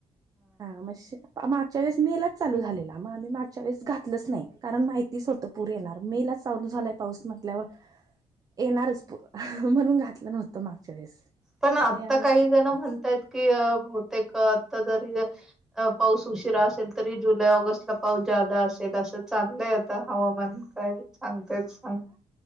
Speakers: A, on the right (about 30°); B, in the centre.
A: हा म शे मागच्या वेळेस मे लाच चालू झालेला. म आम्ही मागच्या वेळेस, घातलच नाही. कारण माहितीच होतं. पूर येणार मे लाचं चालू झालाय पाऊस म्हटल्यावर येणारच पूर म्हणून घात तलं नव्हतं मागच्या वेळेस
B: पण
A: आता ह्या वेळेस
B: काही जण
A: घालायचं.
B: म्हणतायत की बहुतेक आता जरी अ पाऊस उशिरा असेल तरी, जुलै-ऑगस्टला पाऊस जादा असेल असं चाललंय आता हवामान मग काय चांगतेस सांग